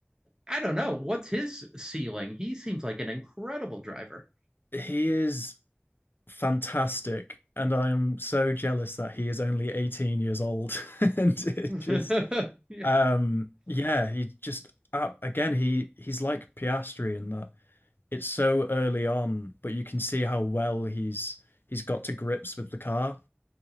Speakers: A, on the right (about 15°); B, on the left (about 60°).
A: I don't know, what's his ceiling? He seems like an incredible driver.
B: He is fantastic, and I am so jealous that he is only 18 years old. <laughs> And it
A: <laughs>
B: just,
A: You
B: um, yeah, he just uh, again he he's like Piastri in that it's so early on, but you can see how well he's he's got to grips with the car